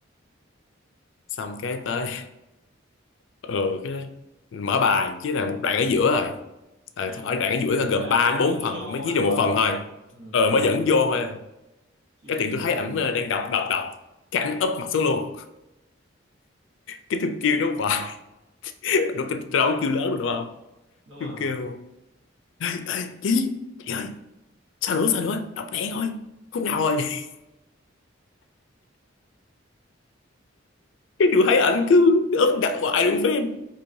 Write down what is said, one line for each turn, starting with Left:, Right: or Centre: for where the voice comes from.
Left: xong
Right: mở
Left: cái
Right: bài
Left: tới ừ, cái mở bài với là một đoạn ở giữa rồi Ờ,
Right: Ờ.
Left: ở đoạn ở giữa là gồm
Right: nghĩa là
Left: 3
Right: kiểu
Left: đến 4
Right: dẫn
Left: phần
Right: vô thôi
Left: thì mới viết
Right: đúng
Left: được một
Right: không
Left: phần thôi
Right: ừ,
Left: ờ
Right: hiểu
Left: mới
Right: rồi
Left: dẫn vô thôi
Right: chưa
Left: cái tiện
Right: dùng
Left: tôi thấy ảnh
Right: tích nữa
Left: ờ, đang đọc đọc đọc cái ảnh úp mặt xuống luôn cái tôi kêu nó hoài <laughs> nó tôi đâu có kêu lớn được đúng không
Right: đúng rồi
Left: tôi kêu ê chị chị ơi sao nữa sao nữa đọc lẹ thôi khúc nào rồi <laughs> cái tôi thấy ảnh cứ úp đặt hoài luôn phim